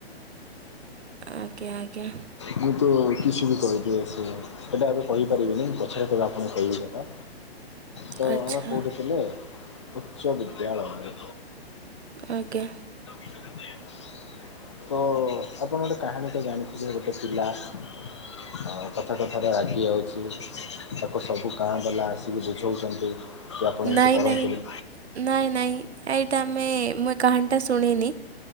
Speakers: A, on the right; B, on the left.
A: ଆଜ୍ଞା ଆଜ୍ଞା
B: ମୁଁ ତୋ କିଛି ବି କହିଦିଏ ସେ ସେଇଟା ଏବେ କହିପାରିବିନି ପଛରେ କେବେ ଆପଣ କହିବି ସେଟା। ତ
A: ଆଚ୍ଛା
B: ଆମେ କୋଉଠିଥିଲେ ଉଚ୍ଚ ବିଦ୍ୟାଳୟରେ।
A: ଆଜ୍ଞା।
B: <inaudible> ତ ଆପଣ ଗୋଟେ କାହାଣୀ ତ ଜାଣିଥିବେ ଗୋଟେ ପିଲା। ଆ କଥାଟେ ଥରେ ରାଗି ଯାଉଛି ତାକୁ ସବୁ ଗାଁ ବାଲା ଆସିକି ବୁଝଉଛନ୍ତି। କି ଆପଣ ଏମିତି
A: ନାଇଁ
B: କରନ୍ତୁନି।
A: ନାଇଁ ନାଇଁ ନାଇଁ ଏଇଟା ଆମେ ମୁଁ ଏ କାହାଣୀଟା ଶୁଣିନି